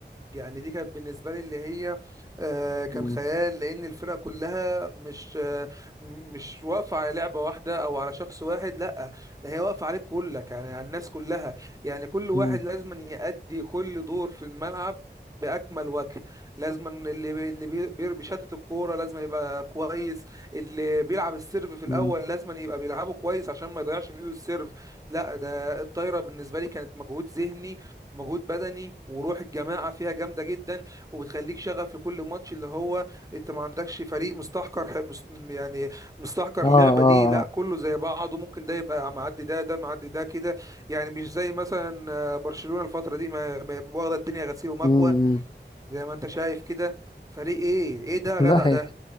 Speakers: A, on the right (about 20°); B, on the left (about 25°).
A: يعني دي كانت بالنسبة لي اللي هي آه، كان
B: مم،
A: خيال لأن الفرقة كلها مش آه، م- مش واقفة على لعبة واحدة أو على شخص واحد لأ ده هي واقفة عليك كلك يعني على الناس كلها يعني كل واحد
B: مم،
A: لازم يأدي كل دور في الملعب بأكمل وجه لازم اللي اللي بي- بي- بيشتت الكورة لازم يبقى كويس اللي بيلعب السيرف في الأول
B: مم.
A: لازم يبقى بيلعبه كويس عشان ما يضيعش من إيده السيرف لا ده الطايرة بالنسبة لي كانت مجهود ذهني مجهود بدني وروح الجماعة فيها جامدة جدا وبتخليك شغف لكل ماتش اللي هو انت ما عندكش فريق مستحكر ح- مس- يعني مستحكر
B: اه
A: اللعبة
B: اه
A: دي لا
B: اه
A: كله زي بعضه ممكن ده يبقى معدي ده ده معدي ده كده يعني مش زي مثلا آه، برشلونة الفترة دي ما ما- واخدة الدنيا غسيل ومكوى
B: مم،
A: زي ما انت شايف كده فريق ايه ايه ده يا
B: لا
A: جدع ده
B: هي